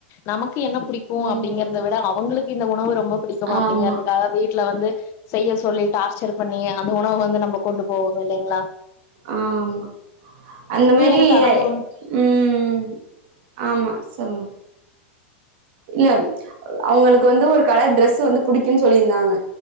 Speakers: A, on the left; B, on the right.
A: நமக் கு என்ன புடிக்கு
B: ம்
A: அப்டிங்கறத விட அவுங்களுக்கு இந்த உணவு ரொம்ப புடிக்குமா அப்டிங்கறதுக்காக
B: ஆமா
A: வீட்ல வந்து செய்ய சொல்லி டார்ச்சர் பண்ணி அந்த உணவு வந்து நம்ம கொண்டு போவோ இல்லைங்ளா
B: ஆ ஆமா அந்த மாரி
A: எனக்கு அனுபவம்
B: ம் ஆமா சொல்லுங்க இல்ல அவங்களுக்கு வந்து ஒரு கலர் ட்ரெஸ்ஸு வந்து புடிக்குன்னு சொல்லியிருந்தாங்க